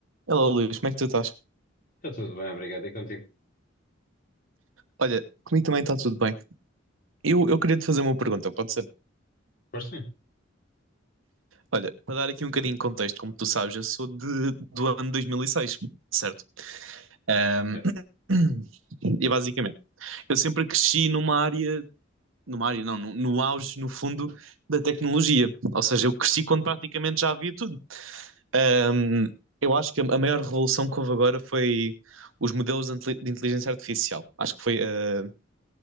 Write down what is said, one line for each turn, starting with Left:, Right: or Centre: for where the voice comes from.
Right: Hello, Luís, como é que tu estás?
Left: Está tudo bem, obrigado. E contigo?
Right: Olha, comigo também está tudo bem. Eu, eu queria te fazer uma pergunta, pode ser?
Left: Força?
Right: Olha, para dar aqui um bocadinho de contexto, como tu sabes, eu sou de, do ano 2006, certo? Ahm,
Left: É,
Right: <clears throat> E basicamente, eu sempre cresci numa área, numa área não, no, no auge, no fundo, da tecnologia. Ou seja, eu cresci quando praticamente já havia tudo. Ahm, eu acho que a a maior revolução que houve agora foi os modelos de intel- de inteligência artificial. Acho que foi. ah,